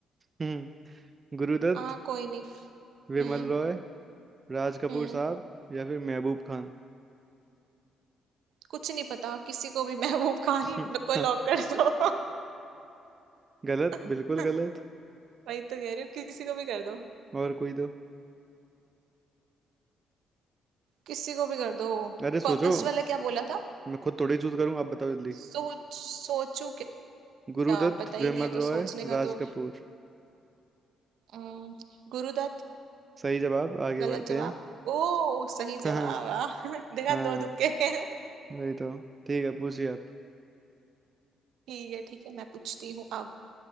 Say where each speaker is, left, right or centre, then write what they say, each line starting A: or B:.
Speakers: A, on the right; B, on the right.
A: हम्म गुरुदत्त
B: हाँ कोई नहीं
A: विमल
B: हम्म
A: रॉय राज कपूर
B: हम्म
A: साहब या फिर महबूब खान
B: कुछ नहीं पता किसी को भी <laughs> महबूब खान
A: <laughs>
B: को लॉक कर दो
A: गलत
B: <laughs>
A: बिल्कुल गलत
B: वही तो कह रही हूँ किसी को भी कर दो
A: और कोई दो
B: किसी को भी कर दो
A: अरे सोचो
B: फर्स्ट वाला क्या बोला था
A: मैं खुद थोड़ी चूज करूँ आप बताओ जल्दी
B: सोच सोचू क्या
A: गुरुदत्त
B: पता ही
A: विमल
B: नहीं है तो
A: रॉय
B: सोचने का
A: राज
B: तो
A: कपूर
B: अम, गुरुदत्त
A: सही जवाब आगे
B: गलत
A: बढ़ते
B: जवाब
A: हैं
B: ओ सही
A: <laughs>
B: जवाब
A: हाँ
B: वाह <laughs> देखा
A: हाँ
B: दो तुक्के <laughs>
A: वही तो ठीक है पूछिए आप
B: ठीक है ठीक है मैं पूछती हूँ अब